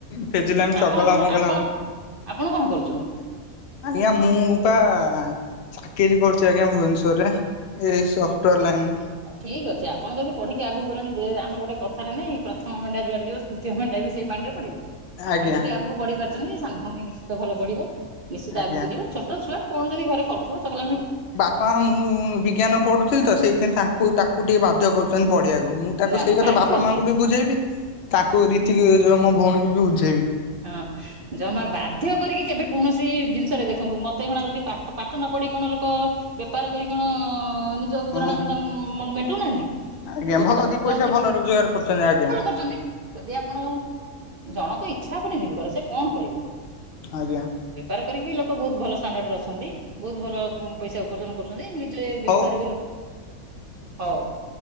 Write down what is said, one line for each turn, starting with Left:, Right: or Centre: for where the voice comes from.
Left: ଫେଜିଲାମି ଚଗଲା
Right: ଆପଣ-ଆପଣ-ଆପଣ
Left: ମଗଲା
Right: କଣ କରୁଛନ୍ତି?
Left: ଆଜ୍ଞା ମୁଁ ପା ଚାକିରି କରୁଛି ଆଜ୍ଞା ଭୁବନେଶ୍ଵରରେ। ଏଇ ସଫ୍ଟୱେର ଲାଇନରେ।
Right: ଆ ଠିକ୍ ଅଛି ଆପଣ ଯଦି ପଢିକି ଆଗକୁ ଗଲେଣି ଯେ ଆମର ଗୋଟେ କଥାରେ ନାଇଁ ପ୍ରଥମ ମଣ୍ଢା ଯୁଆଡେ ଯିବ ଦ୍ୱିତୀୟ ମେଣ୍ଢା ବି ସେଇ ପାଣି ରେ ପଡିବ, ଆପଣ
Left: ଆଜ୍ଞା
Right: ଯଦି ଆଗକୁ ବଢି ପାରିଛନ୍ତି ସାନ ଭଉଣୀ ନିଶ୍ଚିତ ଭଲ ପଢିବ। ନିଶ୍ଚିତ
Left: ଆଜ୍ଞା
Right: ଆଗକୁ ଯିବ ଛୋଟ ଛୁଆ କଣ ଯଦି ଘରେ କରୁଥିବ ଚଗଲମି
Left: ପା ମୁଁ ବିଜ୍ଞାନ ପଢୁଥିଲି ତ ସେଇଥି ପାଇଁ ତାଙ୍କୁ ତାକୁ ଟିକେ ବାଧ୍ୟ କରୁଛନ୍ତି ପଢିବାକୁ। ମୁଁ ତାକୁ
Right: ନା
Left: ସେଇ
Right: ନା
Left: କଥା
Right: ବାଧ୍ୟ
Left: ବାପା
Right: ହୁଁ
Left: ମାଆଙ୍କୁ ବି ବୁଝେଇବି ତାଙ୍କୁ ରୀତିକି ମୋ ଭଉଣୀକୁ ବି ବୁଝେ
Right: ହଁ ଯମା ବାଧ୍ୟ କରିକି କେବେ କୌଣସି ଜିନିଷରେ ଦେଖନ୍ତୁ ମୋତେ ଏକ୍ଷଣା ଯଦି ପାଠ-ପାଠ ନ ପଢ଼ି କଣ ଲୋକ ବେପାର କରି କଣ ନି ଜ ଗୁଜୁରାଣ
Left: ହଁ
Right: ମଣ୍ଟନ ମେଣ୍ଟଉନାହାନ୍ତି
Left: ଆଜ୍ଞା
Right: ବେପାର
Left: ଭଲ ଦି ପଇସା
Right: ଯଦି
Left: ଭଲ ରୋଜଗାର କରୁଛନ୍ତି ଆ
Right: ଭଲ କରୁଛନ୍ତି ଯଦି ଆପଣ ଜଣଙ୍କ ଇଚ୍ଛା ଉପରେ ନିର୍ଭର ସେ କଣ କରିବ?
Left: ଆଜ୍ଞା।
Right: ବେପାର କରିକି ବି ଲୋକ ବହୁତ ଭଲ ଷ୍ଟାଣ୍ଡାର୍ଡରେ ଅଛନ୍ତି। ବହୁତ୍ ଭଲ ପଇସା ଉପର୍ଜନ କରୁଛନ୍ତି ନିଜେ ବ୍ୟବହାର
Left: ହଉ
Right: ବି ଲୋକ ହଉ।